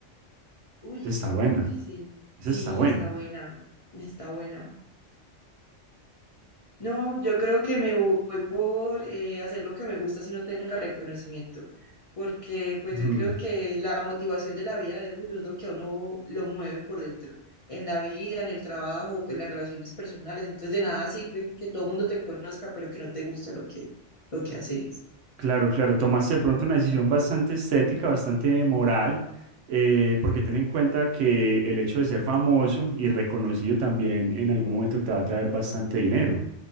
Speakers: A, on the left (about 35°); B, on the right (about 75°).
A: Uy,
B: Esa está
A: está
B: buena.
A: muy difícil.
B: Eso
A: Sí,
B: está bueno.
A: está buena, está buena. No, yo creo que me voy por eh, hacer lo que me gusta si no tenga reconocimiento, porque pues
B: Mm.
A: yo creo que la motivación de la vida de uno es lo que a uno lo mueve por dentro, en la vida, en el trabajo, en las relaciones personales, entonces de nada sirve que todo el mundo te conozca, pero que no te gusta lo que, lo que haces.
B: Claro, claro, tomaste de pronto una decisión bastante estética, bastante moral, eh, porque ten en cuenta que el hecho de ser famoso y reconocido también en algún momento te va a traer bastante dinero.